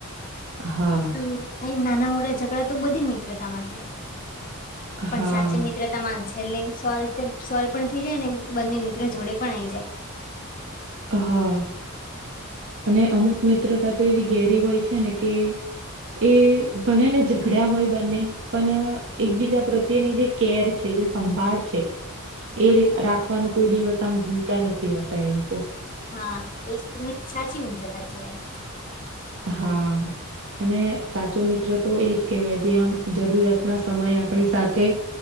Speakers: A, on the right; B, on the left.
A: હા,
B: <unintelligible> નાના મોટા ઝઘડા તો બધી <unintelligible> <unintelligible> થાય પણ
A: હા,
B: સાચી મિત્રતા છેલ્લે સોલ્વ સોલ્વ પણ થઈ જાય ને બંને મિત્રો જોડે પણ આઈ જાય
A: હા અને અમુક
B: હમ,
A: મિત્રતા તો એવી ઘેરી હોય છે ને કે એ ભલે ને ઝઘડ્યા હોય બંને પણ એકબીજા પ્રત્યેની જે કેર છે સંભાળ છે એ રિ રાખવાનું કોઈ દિવસ આમ ભૂલતા નથી હોતા એ લોકો
B: હા એ તને સાચી મિત્રતા કેવાય
A: હા અને સાચો મિત્ર તો એજ કહેવાય જે આમ જરૂરિયાતના સમયે આપણી સાથે